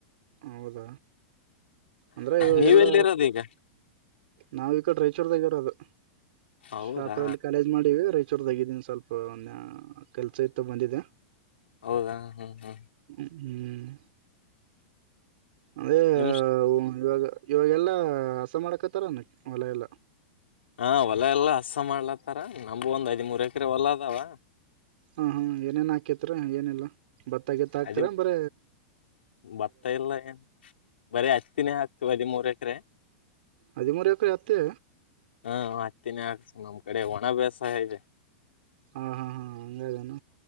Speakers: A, on the right; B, on the left.
A: ಹೌದ ಅಂದ್ರೆ ಇವಾಗೆಲ್ಲ
B: ನೀವೆಲ್ಲಿರೋದು ಈಗ
A: ನಾವವು ಈ ಕಡೆ ರಾಯಚೂರ್ದಾಗ ಅದು
B: ಹೌದಾ
A: ಶಾಪುರಲ್ಲಿ ಕಾಲೇಜ್ ಮಾಡಿವವಿ ರಾಯಚೂರ್ದಗಿದ್ದೀನಿ ಸ್ವಲ್ಪ ಒ ಕೆಲ್ಸ ಇತ್ತು ಬಂದಿದೆ
B: ಹೌದಾ ಹ್ಮ್ ಹ್ಮ್
A: ಹ್ಮ್ ಅಂದೆ
B: ನಿಮ್
A: ಇವಾಗ ಇವಾಗೆಲ್ಲಾ ಹಸ ಮಾಡಕತ್ತಾರನ ಹೊಲ ಎಲ್ಲ
B: ಹಾ ಹೊಲೆ ಎಲ್ಲ ಹಸ ಮಾಡ್ಲತ್ತಾರ ನಮು ಒ್ ಐದ್ ಮೂೂರ್ ಎಕರೆ ಹೊಲ ಅದಾವ
A: ಹ ಹಾ ಏನೇನ್ ಹಾಕತ್ ಏನಿಲ್ಲ ಭತ್ತ ಗತ್ತ ಹಾಕ್ತರ
B: ಅದಿ
A: ಬರ
B: ಭತ್ತ ಇಲ್ಲ ಏನ್ ಬರೀ ಹತ್ತಿನೇ ಹಾಕ್ತಿವಿ ಹದಿಮೂರ್ ಎಕರೆ
A: ಹದಿಮೂರು ಎಕರೆ ಆತ್ತೆ
B: ಹ್ಮ ಹತ್ತೀಿನ ಹಾಕ್ಸ ನಮ್ ಕಡೆ ಒಣಭ್ಯಾಸಾಯ ಇದೆ
A: ಹಾ ಹಾ ಹಾ ಅಂಗದಾನ